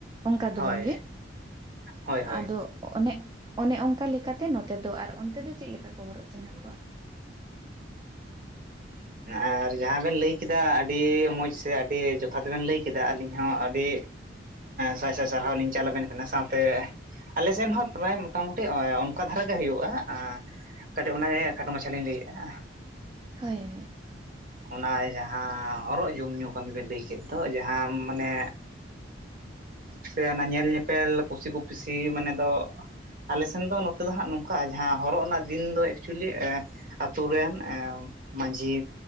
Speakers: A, on the right (about 20°); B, on the right (about 45°).
A: ᱚᱱᱠᱟ
B: ᱦᱳᱭ
A: ᱫᱚ ᱵᱟᱝᱜᱮ
B: ᱦᱳᱭ ᱦᱳᱭ
A: ᱟᱫᱚ ᱚᱱᱮ ᱚᱱᱮ ᱚᱱᱠᱟ ᱞᱮᱠᱟᱛᱮ ᱱᱚᱛᱮ ᱫᱚ᱾ ᱟᱨ ᱚᱱᱛᱮ ᱫᱚ ᱪᱮᱫ ᱞᱮᱠᱟ ᱠᱚ ᱦᱚᱨᱚᱜ ᱪᱤᱱᱦᱟᱹ ᱠᱚᱣᱟ?
B: ᱟᱨ ᱡᱟᱦᱟᱸ ᱵᱮᱱ ᱞᱟᱹᱭ ᱠᱮᱫᱟ ᱟᱹᱰᱤ ᱢᱚᱡᱽ ᱥᱮ ᱟᱹᱰᱤ ᱡᱚᱛᱷᱟᱛ ᱵᱮᱱ ᱞᱟᱹᱭ ᱠᱮᱫᱟ ᱟᱹᱞᱤᱧ ᱦᱚᱸ ᱟᱹᱰᱤ ᱥᱟᱭ ᱥᱟᱭ ᱥᱟᱨᱦᱟᱣ ᱞᱤᱧ ᱪᱟᱞ ᱟᱵᱮᱱ ᱠᱟᱱᱟ ᱥᱟᱶᱛᱮ ᱟᱞᱮ ᱥᱮᱱ ᱦᱚᱸ ᱯᱨᱟᱭ ᱢᱳᱴᱟᱢᱩᱴᱤ ᱚᱱᱠᱟ ᱫᱷᱟᱨᱟᱜ ᱜᱮ ᱦᱩᱭᱩᱜᱼᱟ ᱠᱟᱹᱴᱤᱡ ᱚᱱᱟᱜᱮ ᱠᱷᱟᱴᱚ ᱢᱟᱪᱷᱟ ᱞᱤᱧ ᱞᱟᱹᱭᱮᱜᱼᱟ᱾
A: ᱦᱳᱭ ᱦᱳᱭ ᱾
B: ᱚᱱᱟ ᱡᱟᱦᱟᱸ ᱦᱚᱨᱚᱜ ᱡᱚᱢᱧᱩ ᱠᱟᱹᱢᱤ ᱵᱮᱱ ᱞᱟᱹᱭ ᱠᱮᱫ᱾ ᱫᱚ ᱡᱟᱦᱟᱸ ᱢᱟᱱᱮ ᱥᱮ ᱚᱱᱟ ᱧᱮᱞ ᱧᱮᱯᱮᱞ ᱠᱩᱥᱤ ᱠᱚᱯᱤᱥᱤ ᱢᱟᱱᱮ ᱫᱚ ᱟᱞᱮ ᱥᱮᱱ ᱫᱚ ᱱᱚᱛᱮ ᱫᱚ ᱦᱟᱸᱜ ᱱᱚᱝᱠᱟ ᱡᱟᱦᱟᱸ ᱦᱚᱨᱚᱜ ᱨᱮᱱᱟᱜ ᱫᱤᱱ ᱫᱚ ᱮᱠᱪᱩᱭᱮᱞᱤ ᱟᱛᱳ ᱨᱮᱱ ᱢᱟᱹᱡᱷᱤ,